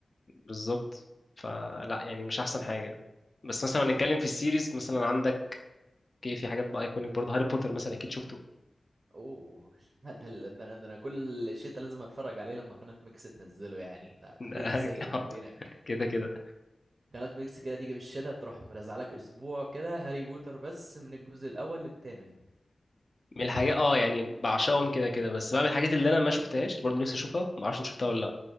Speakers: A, on the left; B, on the right.
A: بالظبط فلا يعني مش احسن حاجه بس مثلا لو هنتكلم في السيريز مثلا عندك ايه في حاجات بقى ايكونيك برضه هاري بوتر مثلا اكيد شفته
B: اوه <laughs> لا، ده ال- ده انا ده انا كل الشتا لازم اتفرج عليه لما قناة ميكس تنزله يعني ده
A: <laughs>
B: ده حاجة أساسية بيني وبينك
A: كده كده
B: قناة ميكس كده تيجي في الشتا تروح مرزعلك اسبوع كده هاري بوتر بس من الجزء الاول للثامن
A: من الحاجات اه يعني بعشقهم كده كده بس بقى من الحاجات اللي انا ما شفتهاش برضه نفسي اشوفها ما اعرفش إن شفتها ولا لا